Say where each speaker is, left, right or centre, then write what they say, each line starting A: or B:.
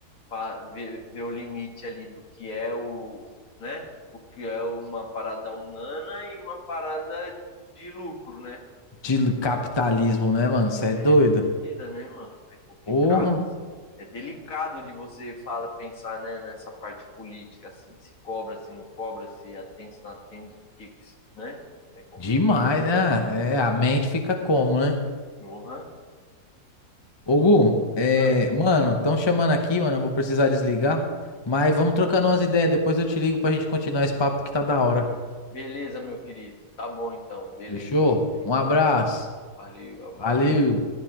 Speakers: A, on the left; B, on the left.
A: fa- ver, ver o limite ali do que é o, né? O que é uma parada humana e uma parada de lucro, né?
B: De capitalismo, né, mano? Você
A: É
B: é doido.
A: doideira, né, mano? É complicado.
B: Porra.
A: é delicado de você fala pensar né, nessa parte política assim se cobra se não cobra se atende se não atende que né é complicado
B: Demais, né? É, a mente fica como, né?
A: Uhum,
B: Ô,
A: louco
B: Gu, é,
A: uhum.
B: mano, estão chamando aqui, mano. Eu vou precisar desligar. Mas vamos trocando umas ideias. Depois eu te ligo pra gente continuar esse papo que tá da hora.
A: beleza meu querido tá bom então beleza
B: Fechou?
A: Depois a gente
B: Um abraço.
A: conversa valeu abraço
B: Valeu.